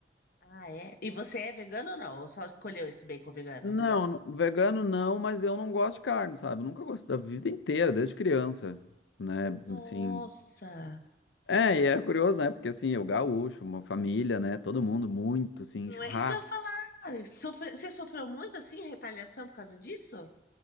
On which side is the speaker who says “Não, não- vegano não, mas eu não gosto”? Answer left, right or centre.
Left